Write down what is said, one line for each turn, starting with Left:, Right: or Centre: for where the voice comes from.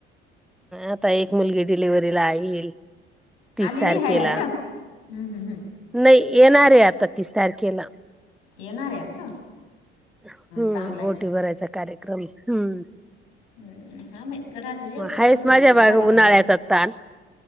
Centre: आता एक मुलगी डिलिव्हरीला आली येईल. तीस
Left: आलेली
Centre: तारखेला
Left: आहे असं हम्म हम्म हम्म.
Centre: नाही येणारय आता तीस तारखेला.
Left: येणार आहे असं
Centre: हम्म
Left: चांगलं आहे
Centre: ओटी भरायचा कार्यक्रम हम्म.
Left: <unintelligible> राहतच एक
Centre: मग
Left: पोरांचे
Centre: आहेच माझ्या
Left: बी लग्न
Centre: माग
Left: झाले
Centre: उन्हाळ्याचा
Left: का एक एक.
Centre: ताण